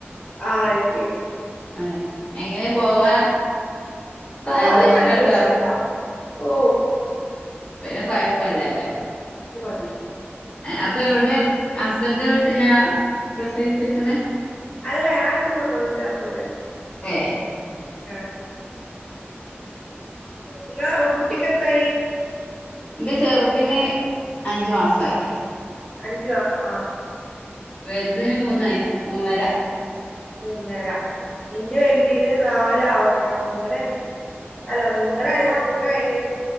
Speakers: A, in the centre; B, on the left.
A: ആ എൽ കെ ജി
B: അ എങ്ങനെ പോവാൻ
A: പോവാന്ന്
B: എന്താ ഇഷ്ടണ്ടോ
A: പറയില്ല ഉഷാറാ ഓ
B: പിന്നെ കൊഴപ്പല്ലല്ലോ
A: ഉ
B: അപ്പൊ എവിടെ ഹസ്ബൻന്റെ വീട്ടിലാ പ്രസവിച്ചിക്കണെ
A: അല്ല ഞാൻ എന്റെ സ്വന്തം വീട്ടില ഇപ്പള്ളെ
B: ഏ
A: ആ നിങ്ങളെ കുട്ടിക്കെത്രായി
B: എന്റെ ചെറുതിന് അഞ്ചു മാസായി
A: അഞ്ചു മാസം ആ
B: വലുതിന് മൂന്ന് വയസ്സ് മൂന്നര
A: മൂന്നര എന്റെ വലുതീന് നാലാവണേ ആ മൂന്നര തന്നെ അല്ല മൂന്നര അല്ല മൂന്നര കഴിഞ്ഞിണ്